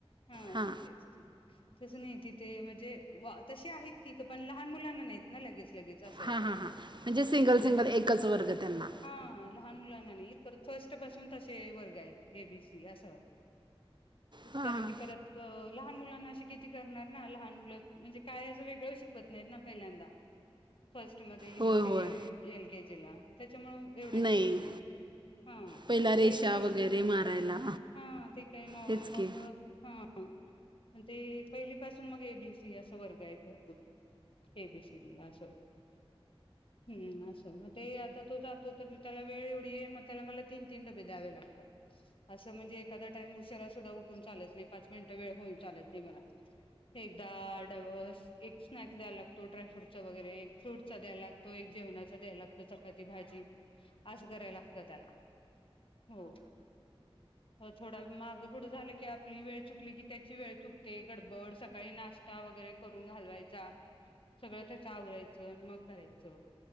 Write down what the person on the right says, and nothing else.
हां.
हा हा हां म्हणजे सिंगल सिंगल
एकच वर्ग त्यांना.
हां,
हां.
होय, होय.
नाही,
पहिला रेषा
वगैरे मारायला.
तेच
की.